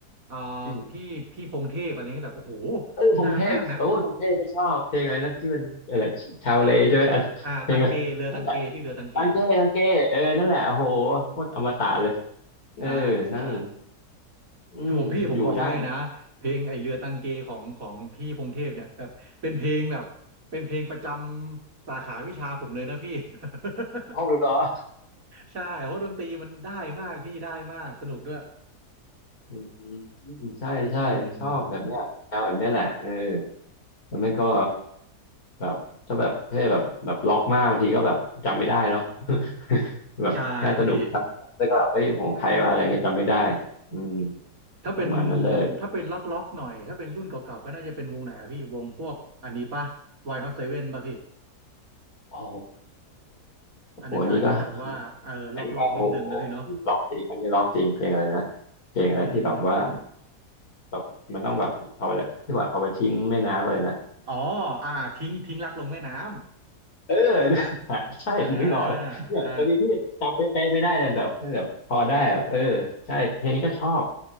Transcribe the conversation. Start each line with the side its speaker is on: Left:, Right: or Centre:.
Right: อ่า
Left: อืม
Right: พี่พี่พงษ์เทพอะไรเงี้ยแบบโอ้โห
Left: เออพงเทพโอ้ยพงเทพก็ชอบเพลงอะไรนะที่มันอะไรชาวเลใช่ไหมอ่ะเพลงอะไรนั่นแหละ
Right: นานมากนะอ่าตังเกเรือตังเกพี่เรือตังเก
Left: ตังเก้ตังเก้เออนั่นแหละโอ้โหโคตรอมตะเลยเออนั่น
Right: ใช่ใช่
Left: อืมอยู่ได้
Right: คือผมพี่ผมบอกให้นะเพลงไอเรือตังเกของของพี่พงเทพเนี่ยแบบเป็นเพลงแบบเป็นเพลงประจำสาขาวิชาผมเลยนะพี่ <laughs>
Left: หองเหรอ <laughs>
Right: ใช่เพราะดนตรีมันได้มากพี่ได้มากสนุกด้วย
Left: อืมใช่ใช่ชอบแบบเนี้ยแนวแบบเนี้ยแหละเออ
Right: อืม
Left: แล้วมันก็แบบถ้าแบบเท่แบบแบบล็อกมากบางทีก็แบบจำไม่ได้เนาะ <laughs> แบบแค่สนุกครับแล้วก็แบบเอ้ยของใครว่าอะไรเงี้ยจำไม่ได้
Right: ใช่พี่
Left: อืม
Right: ถ้าเป็น
Left: ประมาณนั้นเลย
Right: ถ้าเป็นล็อกล็อกหน่อยถ้าเป็นรุ่นเก่าๆก็น่าจะเป็นวงไหนอะพี่วงพวกอันนี้ป่ะ Why Not Seven ป่ะพี่
Left: โอ้
Right: อันนั้นก็อาจจะแบบว่าเออล็อกล็อกนิดนึงนะพี่เนาะ
Left: โหอันนี้ก็อันนี้ก็โอ้โหร้องจริงอันนี้ร้องจริงเพลงอะไรนะเพลงอะไรที่แบบว่า
Right: อืม
Left: แบบมันต้องแบบเอาไปที่ว่าเอาไปทิ้งแม่น้ำอะไรนะ
Right: อ๋ออ่าทิ้งทิ้งรักลงแม่น้ำ
Left: <laughs> เออ <laughs> เนี่ยใช่นึกออกเลยเนี่ยบางทีพี่จำไปเป๊ะๆไม่ได้นะแต่แบบพอได้แบบเออใช่เพลงนี้ก็ชอบ
Right: อ่าอ่า